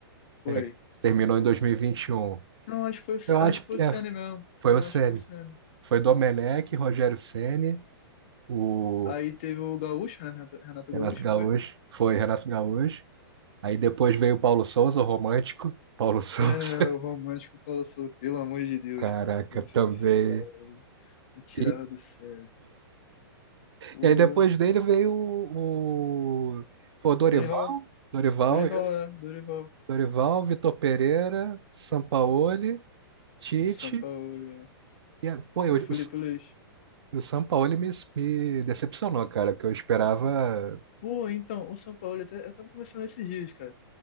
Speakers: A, on the left; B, on the right.
A: Foi.
B: É, que terminou em 2021.
A: Não, acho que foi o C-
B: Eu acho
A: acho que foi
B: que
A: o Ceni
B: é,
A: mesmo.
B: foi
A: É,
B: o Ceni.
A: acho que foi o Ceni.
B: Foi Domenech,
A: É.
B: Rogério Ceni, o
A: Aí teve o Gaúcho, né? Renato Renato
B: Renato
A: Gaúcho,
B: Gaúcho.
A: não foi?
B: Foi Renato Gaúcho. Aí depois veio o Paulo Souza, o romântico. Paulo <laughs> Souza.
A: É, o romântico falou assim, pelo amor de Deus,
B: Caraca,
A: cara. Esse,
B: também.
A: esse cara aí me tirava
B: E,
A: do sério. O
B: e aí depois dele veio o, o, foi o Dorival.
A: Dorival
B: Dorival,
A: Dorival
B: isso.
A: é, Dorival,
B: Dorival, Vitor Pereira, Sampaoli, Tite.
A: Sampaoli
B: E, a- pô, eu-
A: e o Felipe
B: o, S-
A: Luiz.
B: o Sampaoli me, me decepcionou, cara, que eu esperava.
A: Pô, então, o Sampaoli, até- eu tava conversando esses dias, cara.